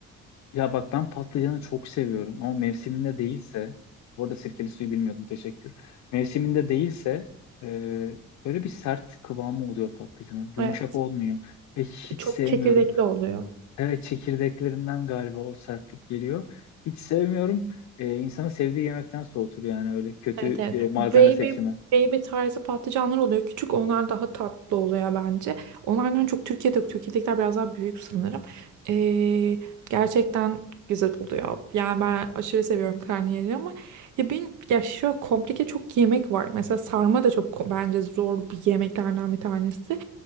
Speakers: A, on the left; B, on the right.
A: Ya bak ben patlıcanı çok seviyorum ama mevsiminde değilse, bu arada sirkeli suyu bilmiyordum teşekkür. Mevsiminde değilse e, böyle bir sert kıvamı oluyor patlıcanın. Yumuşak
B: Evet
A: olmuyor ve hiç
B: çok
A: sevmiyorum.
B: çekirdekli oluyor.
A: Evet çekirdeklerinden galiba o sertlik geliyor. Hiç sevmiyorum. E, insanı sevdiği yemekten soğutur yani öyle kötü
B: Evet evet.
A: e, malzeme
B: Bu Baby,
A: seçimi.
B: baby tarzı patlıcanlar oluyor. Küçük onlar daha tatlı oluyor bence. Onlardan çok Türkiye'de yok. Türkiye'dekiler biraz daha büyük sanırım. Ee, gerçekten güzel oluyor. Yani ben aşırı seviyorum karnıyarığı ama ya ben ya şöyle komplike çok yemek var. Mesela sarma da çok ko- bence zor bir yemeklerden bir tanesi.